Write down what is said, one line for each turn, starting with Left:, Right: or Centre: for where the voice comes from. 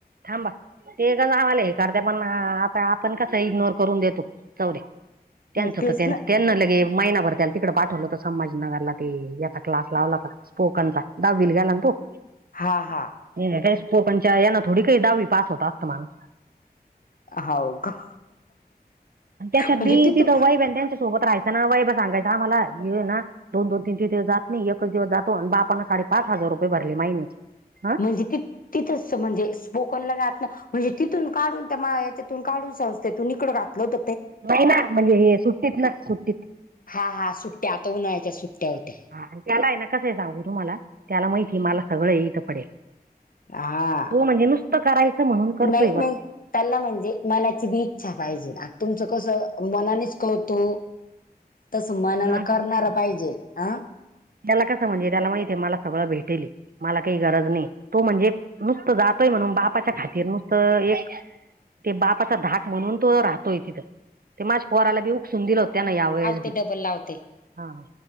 Right: थांबा, तेच्याच आम्हाला हे करते, पण आता आपण कसं इग्नोर करून देतो. जावू द्या. त्यांच
Left: मग तेच
Right: तर त्यांच
Left: ना
Right: त्यांना लगे महिनाभर त्या तिकडं पाठवलं होतं, संभाजीनगरला ते. याचा क्लास लावला होता स्पोकनचा, दहावीला गेला ना तो.
Left: हां हां.
Right: इंग्लिश स्पोकनच्या यानं, थोडी काही दहावी पास होत असत माणूस.
Left: हाव, का?
Right: त्याच्यात
Left: म्हणजे
Right: बी
Left: तिथू
Right: तिथं वैभ्या त्यांच्या सोबत राहायचं ना, वैभ्या सांगायचा आम्हाला. हे ना दोन-दोन, तीन-तीन दिवस जात नाही. एकच दिवस जातो, अन बापनं साडेपाच हजार रुपये भरले महिन्याचे. हा
Left: म्हणजे किती तसं म्हणजे स्पोकनला जात ना म्हणजे तिथून काढून त्या माझ्या, तिथून काढून संस्थेतून इकडं घातलं होत.
Right: नाही, ना म्हणजे हे सुट्टीत ना सुट्टीत.
Left: हां हां. सुट्ट्या, आता उन्हाळच्या सुट्ट्या होत्या.
Right: हं त्याला आहे ना कस आहे सांगू तुम्हाला, त्याला माहितीय मला सगळं इथं पडेल.
Left: हा
Right: तो म्हणजे नुसत करायच म्हणून करतोय
Left: नाही
Right: बर.
Left: नाही त्याला म्हणजे मनाची बी इच्छा पाहिजे ना, तुमच कस मनानेच करतो. तस मनान
Right: लाजत
Left: करणार
Right: नाही बाबा.
Left: पाहिजे, हां.
Right: त्याला कस म्हणजे त्याला माहिते, मला सगळं भेटेल हे. मला काही गरज नाही, तो म्हणजे नुसत जातोय म्हणून बापाच्या खातिर नुसतं एक ते बापाचा धाक म्हणून, तो राहतोय तिथं. ते माझ्या पोराला बी, ऊकसुन दिल होत त्यान यावेळेस.
Left: ते डबल लावते.
Right: हां.